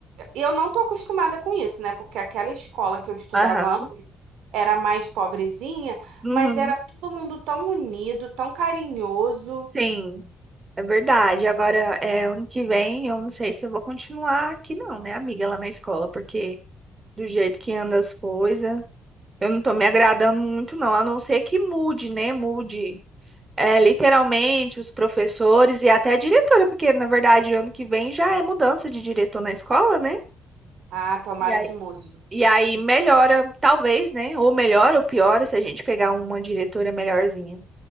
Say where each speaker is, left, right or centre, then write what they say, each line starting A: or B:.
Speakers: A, on the right; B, on the right.
A: E eu não tô acostumada com isso, né? Porque aquela escola que eu estudava
B: Aham.
A: antes era mais pobrezinha,
B: Uhum.
A: mas era todo mundo tão unido, tão carinhoso.
B: Sim, é verdade. Agora, é, ano que vem, eu não sei se eu vou continuar aqui, não, né, amiga, lá na escola, porque do jeito que anda as coisas, eu não tô me agradando muito, não. A não ser que mude, né? Mude. É, literalmente, os professores e até a diretora, porque na verdade ano que vem já é mudança de diretor na escola, né?
A: Ah, tomara
B: E aí,
A: que mude.
B: e aí melhora, talvez, né? Ou melhora ou piora se a gente pegar uma diretora melhorzinha.